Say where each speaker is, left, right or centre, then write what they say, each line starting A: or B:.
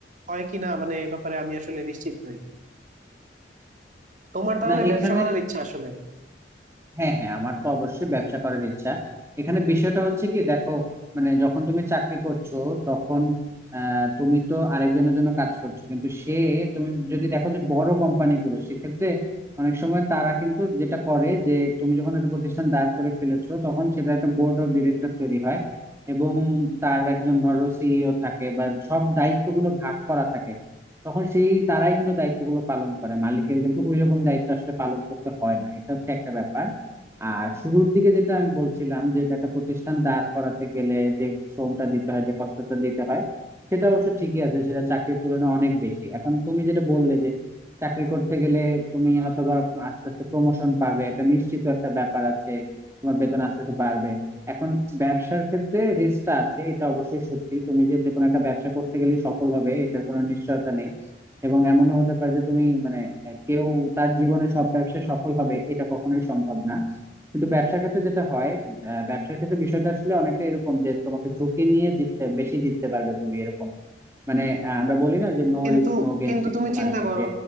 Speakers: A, on the right; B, on the right.
A: হয় কি না মানে এ ব্যাপারে আমি আসলে নিশ্চিত নই তোমার তাহলে
B: না
A: ব্যবসা
B: এখানে
A: করার ইচ্ছা আসলে
B: হ্যাঁ হ্যাঁ আমার তো অবশ্যই ব্যবসা করার ইচ্ছা এখানে বিষয়টা হচ্ছে কি দেখো মানে যখন তুমি চাকরি করছো তখন আহ, তুমি তো আরেকজনের জন্য কাজ করছো কিন্তু সে তুমি যদি দেখো যে বড় কোম্পানিগুলো সেক্ষেত্রে অনেক সময় তারা কিন্তু যেটা করে যে তুমি যখন একটা প্রতিষ্ঠান দাঁড় করে ফেলেছো তখন সেটা একটা বোর্ড অফ ডিরেক্টর তৈরি হয় এবং তার একজন ধরো সিইও থাকে বা সব দায়িত্বগুলো ভাগ করা থাকে তখন সেই তারাই কিন্তু দায়িত্বগুলো পালন করে মালিকের কিন্তু ওইরকম দায়িত্ব আসলে পালন করতে হয় না এটা হচ্ছে একটা ব্যাপার আর শুরুর দিকে যেটা আমি বলছিলাম যে একটা প্রতিষ্ঠান দাঁড় করাতে গেলে যে শ্রমটা দিতে হয় যে কষ্টটা দিতে হয় সেটা অবশ্য ঠিকই আছে সেটা চাকরির তুলনায় অনেক বেশি এখন তুমি যেটা বললে যে চাকরি করতে গেলে তুমি হয়তো বা আস্তে আস্তে প্রমোশন পাবে একটা নিশ্চিত একটা ব্যাপার আছে তোমার বেতন আস্তে আস্তে বাড়বে এখন ব্যবসার ক্ষেত্রে রিস্কটা আছে এটা অবশ্যই সত্যি তুমি যে যে কোনো একটা ব্যবসা করতে গেলে সফল হবে এটার কোনো নিশ্চয়তা নেই এবং এমনও হতে পারে যে তুমি মানে আহ, কেউ তার জীবনে সব ব্যবসায় সফল হবে এটা কখনোই সম্ভব না কিন্তু ব্যবসার ক্ষেত্রে যেটা হয় আহ, ব্যবসার ক্ষেত্রে বিষয়টা আসলে অনেকটা এরকম যে তোমাকে ঝুঁকি নিয়ে জিততে বেশি জিততে পারবে তুমি এরকম মানে আহ, আমরা বলি না যে নো
A: কিন্তু
B: রিস্ক নো গেইন
A: কিন্তু
B: সেরকম
A: তুমি চিন্তা
B: আর কি
A: করো
B: যে